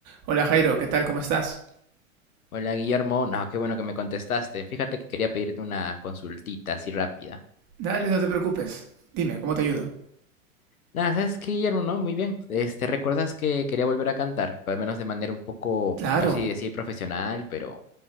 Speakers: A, on the right; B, on the left.
A: Hola Jairo, ¿qué tal? ¿Cómo estás?
B: Hola Guillermo, no, qué bueno que me contestaste. Fíjate que quería pedirte una consultita así rápida.
A: Dale, no te preocupes. Dime, ¿cómo te ayudo?
B: Nada, ¿sabes qué, Guillermo? No, muy bien. Este, ¿recuerdas que quería volver a cantar? Pero al menos de manera un poco,
A: Claro.
B: no sé si decir profesional, pero